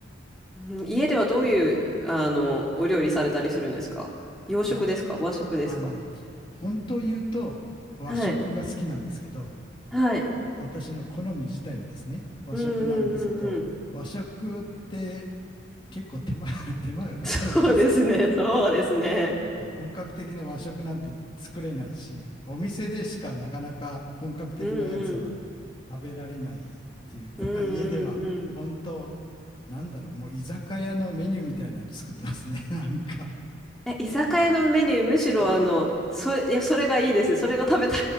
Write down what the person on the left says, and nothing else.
いや、あの、本当言うと和食が好きなんですけど、
私の好み自体はですね、和食なんですけど、
和食って結構手間 <laughs> 手間がかかるじゃないですか。
本格的な和食なんて作れないし、お店でしかなかなか本格的なやつは
食べられないっていうか、
<laughs> 家では本当、なんだろう、もう居酒屋のメニューみたいなの作ってますね、<laughs> なんか。
いざ